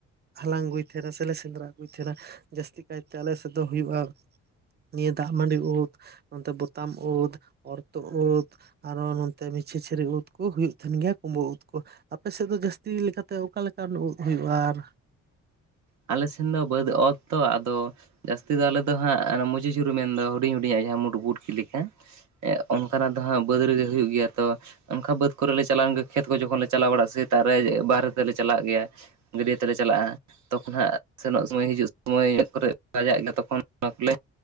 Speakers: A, on the right (about 35°); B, on the right (about 80°).
A: ᱦᱟᱞᱟᱝ ᱟᱹᱜᱩᱭ ᱛᱟᱦᱮᱸᱱᱟ ᱥᱮ ᱞᱮ ᱥᱮᱸᱫᱽᱨᱟ ᱟᱹᱜᱩᱭ ᱛᱟᱦᱮᱱᱟ ᱡᱟᱹᱥᱛᱤ ᱠᱟᱭᱛᱮ ᱟᱞᱮ ᱥᱮᱫ ᱫᱚ ᱦᱩᱭᱩᱜᱼᱟ ᱱᱤᱭᱟᱹ ᱫᱟᱜ ᱢᱟᱹᱰᱤ ᱩᱫᱽ ᱱᱚᱱᱛᱮ ᱵᱚᱛᱟᱢ ᱩᱫᱽ, ᱚᱨᱛᱩᱫ ᱩᱫᱽ, ᱟᱨᱚ ᱱᱚᱛᱮ ᱢᱤᱪᱷᱤᱪᱷᱤᱨᱤ ᱩᱫ ᱠᱚ ᱦᱩᱭᱩᱜ ᱛᱟᱦᱮᱱ ᱜᱮᱭᱟ ᱠᱩᱸᱵᱟᱹ ᱩᱫ ᱠᱚ ᱾ ᱟᱯᱮᱥᱮᱫ ᱫᱚ ᱡᱟᱹᱥᱛᱤ ᱞᱮᱠᱟᱛᱮ ᱚᱠᱟ ᱞᱮᱠᱟᱱ ᱩᱫ ᱦᱩᱭᱩᱜᱼᱟ ᱟᱨ?
B: ᱟᱞᱮ ᱥᱮᱱ ᱫᱚ ᱵᱟᱹᱫ ᱚᱛ ᱛᱚ ᱟᱫᱚ ᱡᱟᱹᱥᱛᱤ ᱫᱚ ᱟᱞᱮ ᱫᱚ ᱦᱟᱸᱜ ᱦᱟᱱᱮ ᱢᱩᱪᱤ ᱪᱷᱩᱨᱤ ᱢᱮᱱ ᱫᱚ ᱦᱩᱰᱤᱧ ᱦᱩᱰᱤᱧᱟᱜ ᱡᱟᱦᱟᱸ ᱢᱩᱴᱵᱩᱴᱠᱤ ᱞᱮᱠᱟ ᱾ ᱚᱱᱠᱟᱱᱟᱜ ᱫᱚ ᱦᱟᱸᱜ ᱵᱟᱹᱫᱽ ᱨᱮᱜᱮ ᱦᱩᱭᱩᱜ ᱜᱮᱭᱟ ᱛᱚ ᱚᱱᱠᱟ ᱵᱟᱹᱫᱽ ᱠᱚ ᱨᱮ ᱞᱮ ᱪᱟᱞᱟᱣᱮᱱ ᱜᱮ ᱠᱷᱮᱛ ᱠᱚ ᱡᱚᱠᱷᱚᱱ ᱞᱮ ᱪᱟᱞᱟᱣ ᱵᱟᱲᱟᱜᱼᱟ ᱥᱮᱛᱟᱜ ᱨᱮ ᱵᱟᱦᱨᱮ ᱛᱮᱞᱮ ᱪᱟᱞᱟᱜ ᱜᱮᱭᱟ ᱾ ᱜᱟᱹᱰᱭᱟᱹ ᱛᱮᱞᱮ ᱪᱟᱞᱟᱜᱼᱟ ᱾ ᱛᱚᱠᱷᱚᱱ ᱦᱟᱸᱜ ᱥᱮᱱᱚᱜ ᱥᱚᱢᱚᱭ ᱦᱤᱡᱩᱜ ᱥᱚᱢᱚᱭ ᱢᱮᱫ ᱠᱚᱨᱮᱜ ᱵᱟᱡᱟᱜ ᱜᱮᱭᱟ ᱛᱚᱠᱷᱚᱱ ᱚᱱᱟ ᱠᱚᱞᱮ